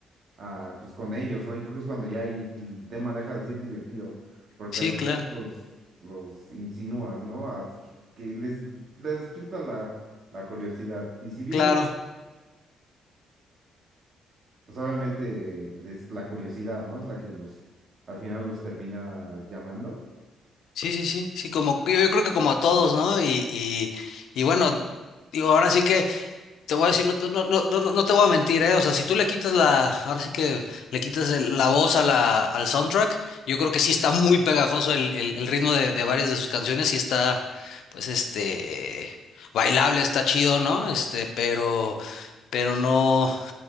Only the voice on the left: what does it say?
sí,
claro,
claro,
sí, sí, sí, sí, como, yo, yo creo que como a todos, ¿no? Y, y, y bueno, digo, ahora sí que. Te voy a decir, no, te- no, no, no, no te voy a mentir, ¿eh? O sea, si tú le quitas la, ahora sí que le quitas el- la voz a la, al soundtrack, yo creo que sí está muy pegajoso el, el, el ritmo de, de varias de sus canciones, sí está, pues, este, bailable, está chido, ¿no? Este, pero, pero no,